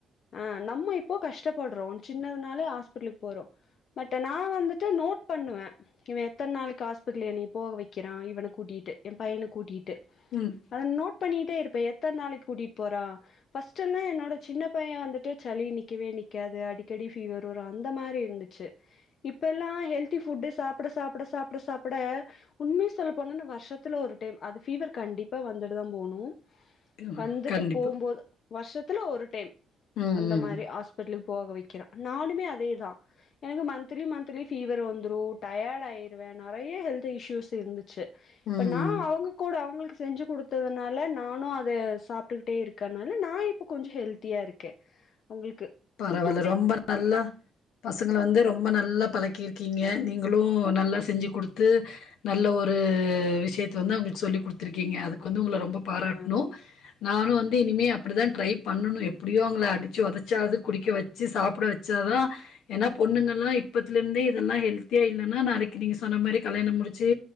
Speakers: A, on the left; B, on the left.
A: ஆ நம்ம இப்போ கஷ்டப்படுறோம் சின்னதுனாலே ஹாஸ்பிட்டலுக்கு போரோம் பட் நான் வந்துட்டு நோட் பண்ணுவே இவன் எத்தனை நாளுக்கு ஹாஸ்பிட்டல என்னை போக வைக்கிறான் இவனை கூட்டிகிட்டு என் பையனை கூட்டிகிட்டு
B: ம்
A: அத நோட் பண்ணிட்டே இருப் ப எத்தனை நாளை கூட்டிட்டு போறான் ஃபர்ஸ்ட் எல்லா என்னோட சின்ன பையன் வந்துட்டு சளி நிக்கவே நிக்காது அடிக்க கடி ஃபீவர் வரும் அந்த மாரி இருந்துச்சு இப்ப எல்லா ஹெல்தி ஃபுட் சாப்ட சாப்ட சாப்ட சாப்ட உண்மை சொல்ல போன வருஷத்துல ஒரு டைம் அது பீவர் கண்டிப்பா வந்துட்டு தான் போனும்
B: ம்
A: வந்துட்டு
B: கண்டிப்பா
A: போம் போது வருஷத்து ல ஒரு டைம்
B: ம்
A: அந்த
B: ம்
A: மாரி ஹாஸ்பிட்டலுக்கு போகவை வக்கிறான் நானுமே அதேதான் எனக்கு மந்த்லி மந்த்லி ஃபீவர் வந்துடும் டயர்ட் ஆயிருவேன் நறைய ஹெல்த் இஷ்யூஸ் இருந்துச்சு இப்ப
B: ம்
A: நான் அவங்க கூட அவங்களுக்கு செஞ்சு கொடுத்ததுனால நானு அதை சாப்ட்டுக்கிட்டே இருக்கனால நான் இப்ப கொஞ்சம் ஹெல்த்தியா இருக்கே அவங்களுக்கு
B: பரவால்ல
A: கொடுத்
B: ரொம்ப நல்லா பசங்கள வந்து ரொம்ப நல்லா பழக்கி இருக்கீங்க நீங்களும் நல்லா செஞ்சு கொடுத்து நல்ல ஒரு விஷயத்தை வந்து அவங்களுக்கு சொல்லி கொடுத்துருக்கீங்க அதுக்கு வந்து உங்க ரொம்ப பாராட்ணும்
A: ஆ
B: நானும் வந்து இனிமே அப்படிதான் ட்ரை பண்ணணு எப்படியோ அவங்கள அடிச்சி உதைச்சாவது குடிக்க வச்சு சாப்ட வச்சா தான் ஏன்னா பொண்ணுங்கள்லாம் இப்பத்துலே இருந்தே இதெல்லாம் ஹெல்த்தியா இல்லன்னா நாளைக்கு நீங்க சொன்ன மாரி கல்யாணம் முடிச்சு